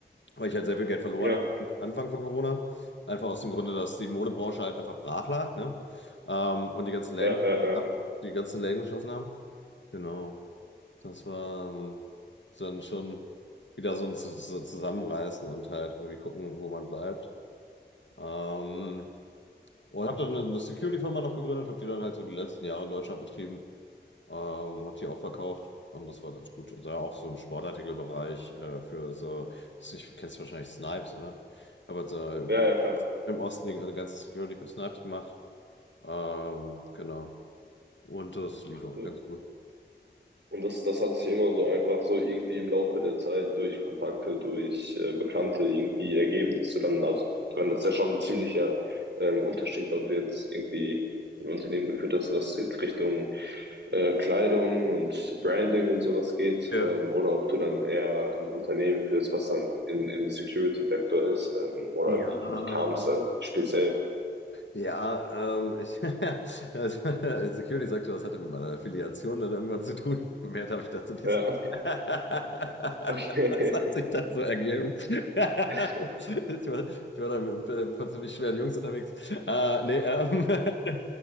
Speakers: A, on the left; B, on the right.
A: weil ich halt sehr viel Geld verloren
B: Ja,
A: habe am Anfang von Corona. Einfach aus dem Grunde, dass die Modebranche halt einfach brach lag, ne? Ähm, und die ganzen Läden,
B: ja, ja, ja.
A: die ganzen Läden geschlossen haben. Genau. Das war ähm, dann schon wieder so ein Zu- Zu- Zusammenreißen und halt irgendwie gucken, wo man bleibt. Ähm, und habe dann eine eine Security-Firma noch gegründet, habe die dann halt so die letzten Jahre in Deutschland betrieben. Ähm, hat die auch verkauft und das war ganz gut. Also auch so im Sportartikelbereich äh, für so, ich kennst wahrscheinlich Snipes, oder? Aber halt so im
B: Ja, ja, klar.
A: im Osten die ganze Security für Snipes gemacht. Ähm, genau. Und das lief
B: Ach,
A: auch
B: cool.
A: ganz gut.
B: Und das, das hat sich immer so einfach so irgendwie im Laufe der Zeit durch Kontakte, durch äh, Bekannte irgendwie ergeben, dass du dann, also dann ist ja schon ein ziemlicher ähm, Unterschied, ob du jetzt irgendwie ein Unternehmen geführt hast, was jetzt Richtung äh, Kleidung und Branding und sowas geht,
A: Ja.
B: ähm, oder ob du dann eher ein Unternehmen führst, was dann in, im Security-Sektor ist, ähm, oder
A: Ja,
B: wie, wie kam es
A: also
B: da speziell?
A: Ja, ähm, ich, <laughs> also, äh, Security sagte, das hatte mit meiner Affiliation dann irgendwann zu tun. Mehr darf ich dazu nicht
B: Ja,
A: sagen.
B: okay.
A: <laughs> Das hat sich dann so ergeben. <laughs>
B: <laughs>
A: Ich war, ich war da mit äh, ein paar ziemlich schweren Jungs unterwegs. Äh, nee, ähm, <laughs> ähm,